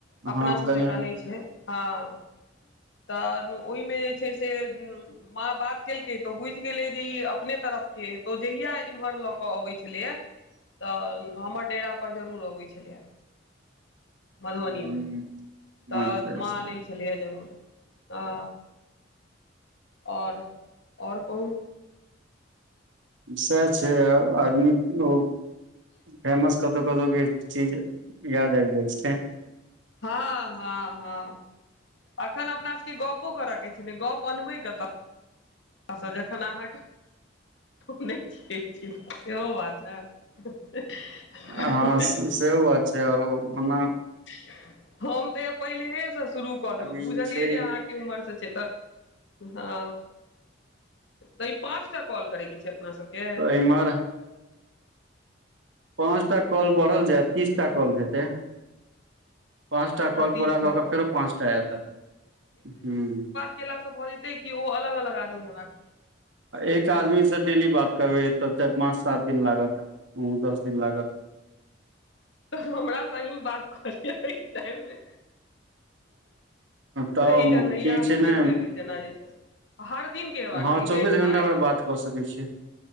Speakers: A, on the left; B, on the right.
A: अपना
B: हँ
A: सब
B: कनि
A: जकाँ नहि छै हँ तऽ ओहिमे जे छै से माँ बात केलकै तो बुझि गेलै जे ई अपने तरफ के तो जहिया इम्हर ल के अबै छलेये
B: <inaudible>
A: तऽ हमर डेरापर जरूर अबै छलैए मधुबनी
B: हूं
A: मे तऽ
B: अच्छा अच्छा
A: माँ लै छलैए जरूर आ और और कहू
B: सएह छै आ ओ फेमस कतहु कतौ के चीज याद आइब जाइ छै
A: हँ हँ हँ अखन अपना सबके गपो करय के छै ने गप अनबै कतऽ स जखन अहाँके चिन्हे छियै सेहो बात छै ने <unintelligible>
B: हँ सेहो बात छै आरो ओना
A: <inaudible> हम तऽ य पहिलेहे सँ शुरू कऽ देलहुँ
B: अभी
A: बुझलियै
B: छै
A: जे अहाँके उमहर से छै तऽ हँ तै पाँच टा कॉल करैके छै अपना सबके
B: तऽ इम्हर पाँच टा कॉल बढ़ल जाय तीसटा कॉल हेतै पाँच टा कॉल
A: तीस
B: पूरा
A: टा
B: कऽ केऽ
A: कॉल
B: फेरो पाँचटा आयत ह्म
A: केला स भए जेते कि ओ अलग अलग आदमी हेबाक चाही
B: एक आदमी सँ डेली बात करबै तऽ चाइर पाँच सात दिन लागत दस दिन लागत <inaudible>
A: तऽ हमर स अही बात क लिय अही टाइम मे
B: तऽ
A: वहीं टाइम मे
B: की
A: याद
B: छै ने
A: देख लेबै जेना जे छै से हर दिन के हेबाक
B: हँ
A: चाही
B: चौबीस
A: डेट
B: घंटा
A: वाइज
B: पर बात कऽ सकै छी